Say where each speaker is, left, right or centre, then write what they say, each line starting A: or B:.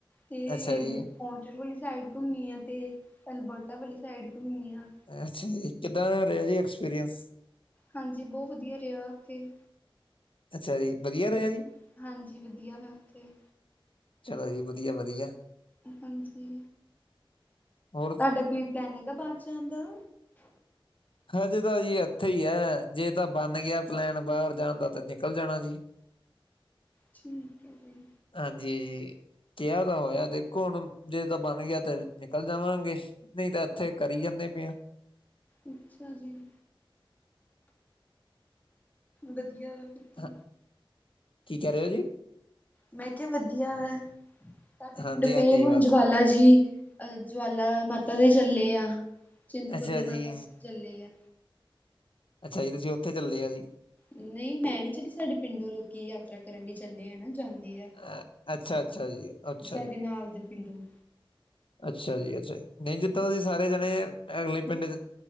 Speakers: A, on the left; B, on the left.
A: ਤੇ
B: ਅੱਛਾ ਜੀ
A: ਓਚਲ ਵਾਲੀ ਸਾਈਡ ਘੁੰਮੀ ਆ, ਤੇ ਅਲਬਰਟਾ ਵਾਲੀ ਸਾਈਡ ਘੁੰੰਮੀ ਆ।
B: ਅੱਛਾ ਜੀ ਕਿੱਦਾਂ ਦਾ ਰਿਆ ਜੀ ਐਕਸਪੀਰੀਅੰਸ!
A: ਹਾਂਜੀ ਬੋ ਵਧੀਆ ਰਿਆ ਓਥੇ।
B: ਅੱਛਾ ਜੀ। ਵਧੀਆ ਰਿਹਾ
A: ਬ
B: ਜੀ
A: ਹਾਂਜੀ ਵਧੀਆ ਵਾ ਉੱਥੇ।
B: ਚਲੋ ਜੀ, ਵਧੀਆ-ਵਧੀਆ।
A: ਹਾਂਜੀ।
B: ਹੋਰ
A: ਤੁਹਾਡਾ ਕੋਈ ਪਲੈਨ ਹੈਗਾ ਬਾਰ ਜਾਣ ਦਾ?
B: ਹਜੇ ਤਾਂ ਜੀ ਐਥੇ ਈ ਐ, ਜੇ ਤਾਂ ਬਣ ਗਿਆ ਪਲੈਨ ਬਾਰ ਜਾਣ ਦਾ ਤਾਂ ਨਿਕਲ ਜਾਣਾ ਜੀ।
A: ਠੀਕ ਐ ਜੀ।
B: ਹਾਂਜੀ। ਕਿਹਾ ਤਾ ਹੋਇਆ ਦੇਖੋ ਹੁਣ, ਜੇ ਤਾਂ ਬਣ ਗਿਆ ਤੇ ਨਿਕਲ ਜਾਵਾਂਗੇ ਨਹੀਂ ਤਾਂ ਇੱਥੇ ਕਰੀ ਜਾਂਦੇ ਪਏ ਆਂ।
A: ਅੱਛਾ ਜੀ। ਵਧੀਆ ਵਾ ਫਿਰ ਤਾਂ
B: ਹ, ਕੀ ਕਹਿ ਰਹੇ ਹੋ ਜੀ?
A: ਮੈਂ ਕਿਹਾ ਵਧੀਆ ਵਾ, ਤੁਹਾਡੇ
B: ਹਾਂਜੀ-ਹਾਂਜੀ
A: ਪਿੰਡੋਂ ਫੇਰ ਹੁਣ
B: ਬਸ
A: ਜਵਾਲਾ ਜੀ ਅਹ ਜਵਾਲਾ ਮਾਤਾ ਦੇ ਚੱਲੇ ਆ, ਚਿੰਤਪੂਰਨੀ
B: ਅੱਛਾ ਜੀ,
A: ਮਾਤਾ ਤੇ ਚੱਲੇ ਆ।
B: ਅੱਛਾ ਜੀ ਤੁਸੀਂ ਉੱਥੇ ਚੱਲੇ ਆ ਜੀ
A: ਨਹੀਂ ਮੈਂ ਨੀ ਚੱਲੀ, ਸਾਡੇ ਪਿੰਡੋਂ ਲੋਕੀ ਯਾਤਰਾ ਕਰਨ ਲਈ ਚੱਲੇ ਆ ਨਾ ਜਾਂਦੇ ਆ।
B: ਅ ਅੱਛਾ-ਅੱਛਾ ਜੀ, ਅੱਛਾ
A: ਸਾਡੇ
B: ਜੀ।
A: ਨਾਲ ਦੇ ਪਿੰਡੋਂ
B: ਅੱਛਾ ਜੀ-ਅੱਛਾ ਜੀ। ਨਹੀਂ ਜਿੱਦਾ ਤੁਸੀਂ ਸਾਰੇ ਜਾਣੇ ਅਗਲੇ ਪਿੰਡ ਚ